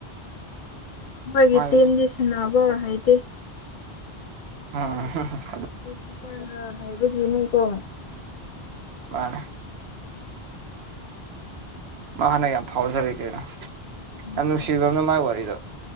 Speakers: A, on the left; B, on the right.
A: ꯃꯣꯏꯒꯤ
B: ꯃꯥꯏ
A: ꯇꯦꯝꯗꯤ ꯁꯅꯥꯅꯕ ꯍꯥꯏꯗꯤꯦ
B: ꯑ
A: ꯃꯄꯥꯅ ꯍꯥꯏꯕꯒꯤꯅꯦꯀꯣ
B: ꯃꯥ ꯃꯥ ꯍꯥꯟꯅ ꯌꯥꯝ ꯐꯥꯎꯖꯔ ꯀꯦꯩꯅꯣ
A: ꯎꯝ
B: ꯌꯥꯝ ꯅꯨꯡꯁꯤꯕ ꯑꯃꯅ ꯃꯥꯥꯏ ꯋꯥꯔꯤꯗꯣ